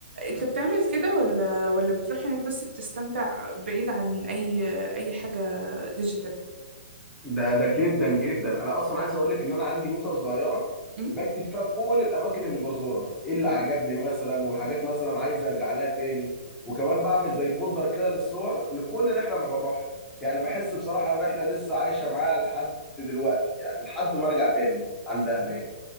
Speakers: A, on the right; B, in the centre.
A: انت بتعمل كده ولا ولا بتروح هناك بس بتستمتع بعيد عن اي اي حاجه ديجيتال
B: ده ده جدا جدا انا اصلا عايز اقول لك ان انا عندي نوتة صغيرة
A: أم؟
B: بكتب فيها كل الاماكن اللي بزورها ايه اللي
A: تمام.
B: عجبني مثلا وحاجات مثلا عايز ارجع لها تاني وكمان بعمل زي فولدر كده للصور لكل رحلة انا بروحها يعني بحس بصراحة الرحلة لسه عايشة معايا لحد دلوقتي يعني لحد ما ارجع تاني عندها هناك